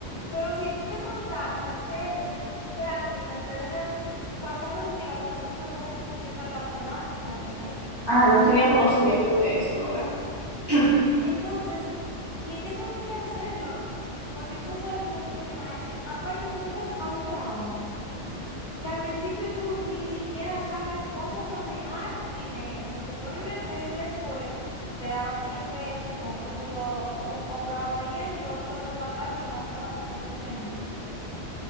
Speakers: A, on the left; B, on the right.
A: Pero si tú te contactas, ellos en sus prácticas te dejan pasar un día para que tú veas cómo funcionan las prácticas y eso.
B: Ah, no tenía conocimiento de eso, en verdad. <clears throat>
A: Entonces, y es que eso debería hacerlo, porque tú no sabes cómo funciona eso. Aparte, tú entras a un trabajo que al principio tú ni siquiera sabes cómo manejar dinero, porque tú en la, en la escuela te daban 100 pesos y con eso tú, lo, tú comprabas merienda y lo otro lo guardabas y lo gastabas como tú entendías.